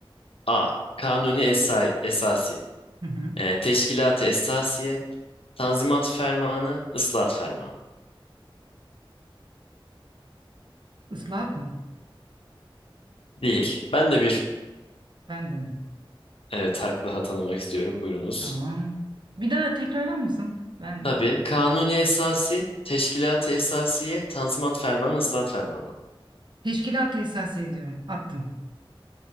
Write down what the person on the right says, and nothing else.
Hı hı.
Islahat mı?
Ben denedim.
Tamam. Bir daha tekrarlar mısın? Ben
teşkilat esası ediyorum. Attım.